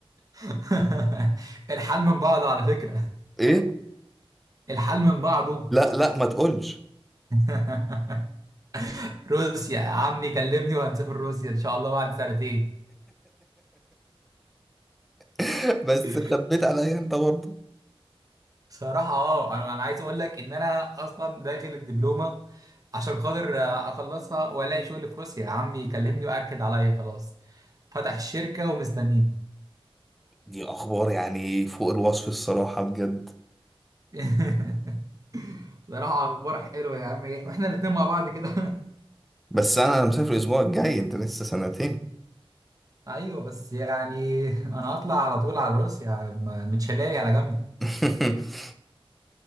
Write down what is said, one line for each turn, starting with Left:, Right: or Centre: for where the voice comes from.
Right: <laughs> الحال من بعضه على فكرة
Centre: ايه
Right: الحال من بعضه
Centre: لا لا ما تقولش
Right: <laughs> روسيا يا عمي كلمني وهنسافر روسيا ان شاء الله بعد سنتين
Centre: <laughs>
Right: <laughs>
Centre: بس خبيت عليا انت برضه
Right: بصراحة اه انا انا عايز اقول لك ان انا اصلا داخل الدبلومة عشان خاطر آه، اخلصها والاقي شغل في روسيا عمي يكلمني واكد عليا خلاص فتح الشركة ومستنيني
Centre: دي اخبار يعني فوق الوصف الصراحه بجد
Right: <laughs> بصراحة اخبار حلوة يا عمي واحنا الاتنين مع بعض كده
Centre: بس انا مسافر الاسبوع الجاي انت لسه سنتين
Right: <laughs> ايوه بس يعني انا هطلع على طول على روسيا ما- متشلالي على جنب
Centre: <laughs>